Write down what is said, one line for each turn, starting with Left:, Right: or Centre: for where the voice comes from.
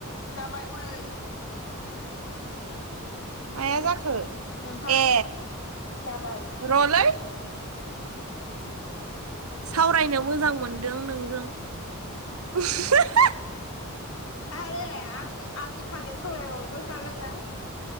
Left: जाबाय हनै
Right: माया जाखो
Left: नोंथां
Right: ए
Left: जाबाय
Right: र'लै सावरायनो मोजां मोनदों नों? <unintelligible>
Left: आरोे आं आंनि फालायाव सावरायबावग्रोखागोन ना